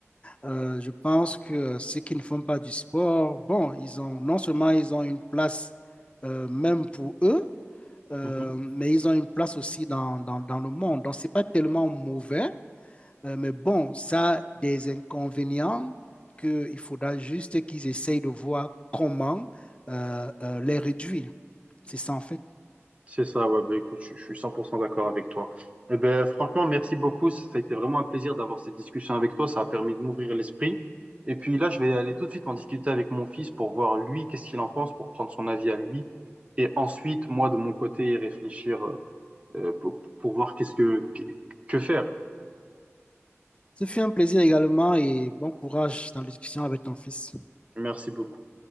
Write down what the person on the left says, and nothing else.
Euh, je pense que euh, ceux qui ne font pas du sport, bon, ils ont non seulement ils ont une place euh, même pour eux, euh,
mais ils ont une place aussi dans, dans, dans le monde. Donc, c'est pas tellement mauvais Euh, mais bon, ça a des inconvénients qu'il faudra juste qu'ils essayent de voir comment euh, euh, les réduire. C'est ça en fait.
Ce fut un plaisir également et bon courage dans l'éducation avec ton fils.